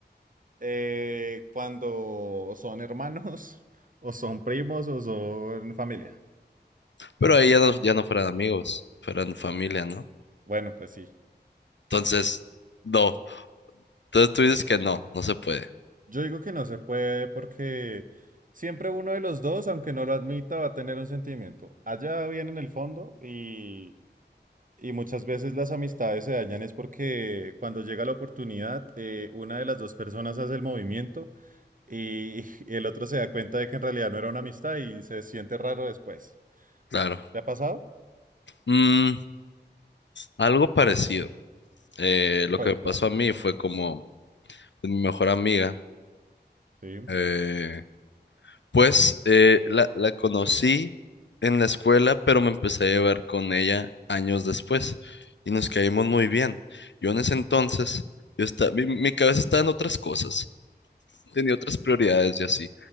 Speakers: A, on the right (about 50°); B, on the left (about 85°).
A: eh, cuando son hermanos <laughs> o son primos o son familia.
B: Pero ahí ya no, ya no fueran amigos, fueran familia, ¿no?
A: Bueno, pues sí.
B: Entonces, no. Entonces tú dices que no, no se puede,
A: Yo digo que no se puede porque siempre uno de los dos, aunque no lo admita, va a tener un sentimiento. Allá bien en el fondo y, y muchas veces las amistades se dañan es porque cuando llega la oportunidad, eh, una de las dos personas hace el movimiento y el otro se da cuenta de que en realidad no era una amistad y se siente raro después.
B: claro.
A: ¿Te ha pasado?
B: Mm, algo parecido. Eh, lo
A: Cuéntame.
B: que me pasó a mí fue como pues, mi mejor amiga.
A: Sí,
B: Eh, pues eh, la, la conocí en la escuela, pero me empecé a llevar con ella años después y nos caímos muy bien. Yo en ese entonces, yo esta- mi, mi cabeza estaba en otras cosas, tenía otras prioridades y así.